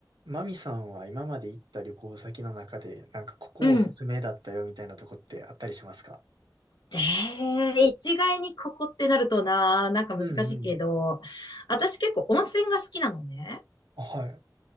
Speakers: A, on the right; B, on the left.
A: マミさんは今まで行った旅行先の中で、なんかここおすすめだったよみたいなとこってあったりしますか
B: うん。ええ、一概にここってなるとな、なんか難しいけど、
A: うんうん。
B: 私結構温泉が好きなのね。
A: あはい。